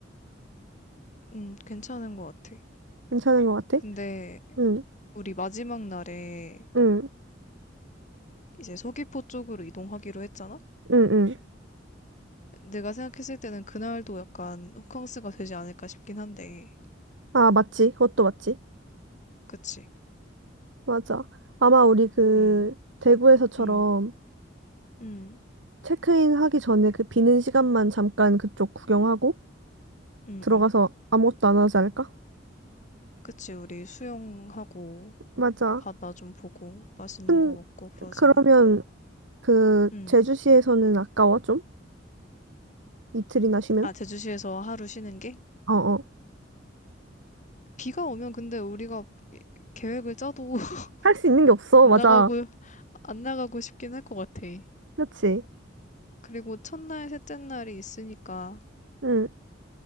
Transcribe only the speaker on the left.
음, 괜찮은 것 같아.
근데
우리 마지막 날에
이제 서귀포 쪽으로 이동하기로 했잖아?
내가 생각했을 때는 그날도 약간 호캉스가 되지 않을까 싶긴 한데,
그치?
음,
음, 음,
음,
음.
그치, 우리 수영하고
바다 좀 보고 맛있는
거 먹고 그러지
않을까?
음.
아, 제주시에서 하루 쉬는 게?
비가 오면 근데 우리가 계획을 짜도 <laughs>
안
나가고, 안 나가고 싶긴 할 것 같아.
그리고 첫날, 셋째 날이 있으니까